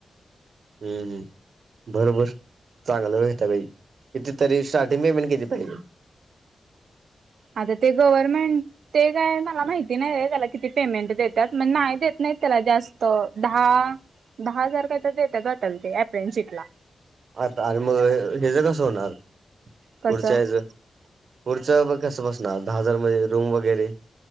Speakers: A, on the right; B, on the right.
A: हम्, हम्. भर, भर. चांगलं भेटा पाहिजे. किती तरी स्टार्टिंग पेमेंट किती पाहिजे?
B: आता ते गव्हर्नमेंट, ते काय मला माहिती नाहीये त्याला किती पेमेंट देत. त्यातनं नाही देत नाहीत. त्याला जास्त दहा दहा हजार काय तर देत्यात वाटतं ते अप्रेन्शीटला.
A: आता <unintelligible> कसं होणार
B: कसं
A: पुढच्या हयाचं? पुढच मग कसं बसणार दहा हजारमध्ये? रूम वगैरे